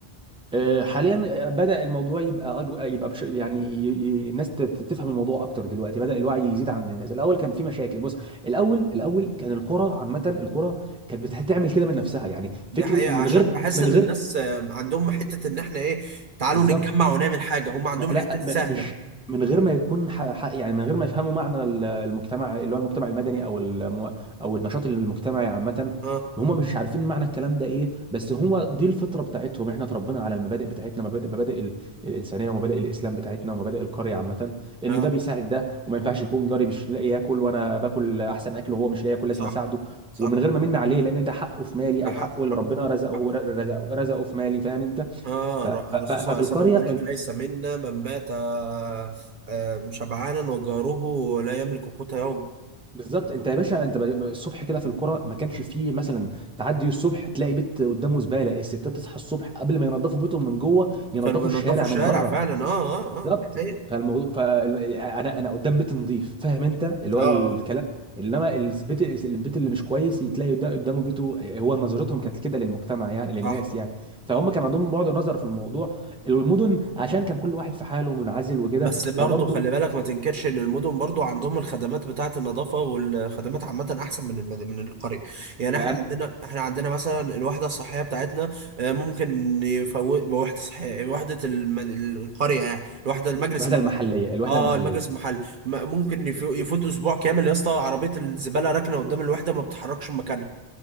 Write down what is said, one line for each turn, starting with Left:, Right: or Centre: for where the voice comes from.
Centre: آه، حاليا آه، بدأ الموضوع يبقى أجو... يبقى بش... يعني ي... ي... الناس تت- تفهم الموضوع اكتر دلوقتي بدأ الوعي يزيد عند الناس الاول كان في مشاكل بص الاول الاول كان القرى عامة القرى كانت بتعمل كده من نفسها يعني
Right: دي
Centre: فكرة
Right: حقيقة
Centre: من
Right: عشان
Centre: غير
Right: بحس
Centre: من
Right: ان
Centre: غير
Right: الناس آم، عندهم حتة ان احنا ايه تعالوا
Centre: بالظبط
Right: نتجمع ونعمل حاجة هم عندهم
Centre: لا
Right: الحتة دي
Centre: م-
Right: سهلة
Centre: مش من غير ما يكون ح... ح... يعني من غير ما يفهموا معنى ال- المجتمع اللي هو المجتمع المدني او الم... او النشاط المجتمعي عامه
Right: اه
Centre: هم مش عارفين معنى الكلام ده ايه بس هو دي الفطره بتاعتهم احنا اتربينا على المبادئ بتاعتنا مبادئ مبادئ ال... الانسانيه ومبادئ الاسلام بتاعتنا ومبادئ القريه عامه ان
Right: اه
Centre: ده بيساعد ده وما ينفعش يكون جاري مش لاقي ياكل وانا باكل احسن اكل وهو مش لاقي ياكل لازم
Right: صح
Centre: اساعده
Right: صح
Centre: ومن غير ما من عليه لان ده حقه في مالي
Right: ده
Centre: او حقه
Right: حق ده
Centre: اللي
Right: حق
Centre: ربنا رزقه
Right: حق.
Centre: رزقه رزقه في مالي فاهم انت
Right: اه
Centre: ف... ف...
Right: الر- الرسول
Centre: ف- ففي
Right: صلى الله
Centre: القريه
Right: عليه وسلم بيقول لك ليس منا من بات آه، آه، شبعانا وجاره لا يملك قوت يوم
Centre: بالظبط انت يا باشا انت ب- ب- الصبح كده في القرى ما كانش فيه مثلا تعدي الصبح تلاقي بيت قدامه زباله الستات تصحى الصبح قبل ما ينظفوا بيتهم من جوه ينظفوا
Right: كانوا بينضفوا
Centre: الشارع
Right: الشارع
Centre: من بره
Right: فعلا اه اه
Centre: بالظبط
Right: اه دي حقيقة
Centre: فالموضوع فانا انا أنا قدام بيت نظيف فاهم انت اللي
Right: اه
Centre: هو
Right: آه،
Centre: الكلام انما البيت البيت اللي مش كويس تلاقي ده قدامه بيته هو نظرتهم كانت كده للمجتمع يعني للناس
Right: صح
Centre: يعني فهم كان عندهم بعد النظر في الموضوع المدن عشان كان كل واحد في حاله منعزل وكده
Right: بس برضه
Centre: فبرضه
Right: خلي بالك ما تنكرش ان المدن برضه عندهم الخدمات بتاعه النظافه والخدمات عامه احسن من الب- من القريه يعني احنا
Centre: أنا-
Right: عندنا احنا عندنا مثلا الوحده الصحيه بتاعتنا آه، ممكن يفوت وحده صحيه وحده الم- القريه يعني الوحده المجلس
Centre: الوحده
Right: الم-
Centre: المحليه الوحده
Right: اه
Centre: المحليه
Right: المجلس المحلي م- ممكن يف- يفوت اسبوع كامل يا اسطى عربيه الزباله راكنه قدام الوحده ما بتتحركش من مكانها